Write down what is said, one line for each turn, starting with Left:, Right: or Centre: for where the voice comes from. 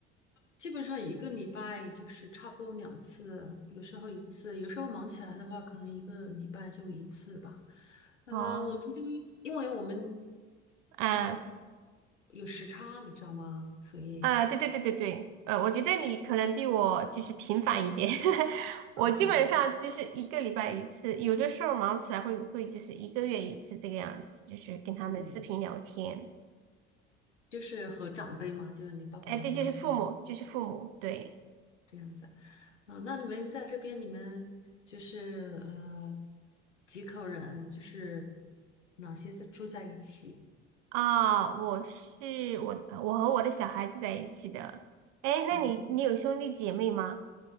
Left: 基本上一个礼拜就是差不多两次，有时候一次，有时候忙起来的话，可能一个礼拜就一次吧。呃，
Right: 哦，
Left: 我们就因为我们
Right: 嗯，
Left: 有时候有时差，你知道吗？所以，
Right: 呃，对对对对对，呃，我觉得你可能比我就是频繁一点，<laughs>
Left: 啊，
Right: 我基本上就是一个礼拜一次，
Left: 是
Right: 有的时候忙起来会会就是一个月一次这个样子，就是跟他们视频聊天。
Left: 嗯。就是和长辈嘛，就是你爸爸妈妈是吗
Right: 哎，对，就是父母，就是父母，对。
Left: 这样子。嗯、那你们在这边，你们就是呃几口人，就是哪些在住在一起
Right: 啊，我是我，我和我的小孩住在一起的。哎，那你你有兄弟姐妹吗？
Left: 啊？